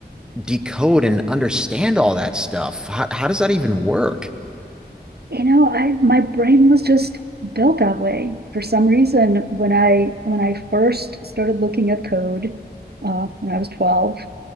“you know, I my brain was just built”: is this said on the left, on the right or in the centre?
Right